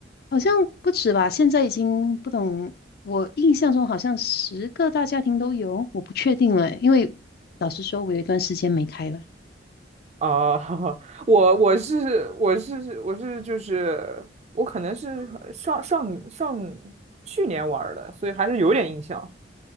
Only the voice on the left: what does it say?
好像不止吧，现在已经不懂。我印象中好像十个大家庭都有，我不确定了，因为老实说，我有一段时间没开了。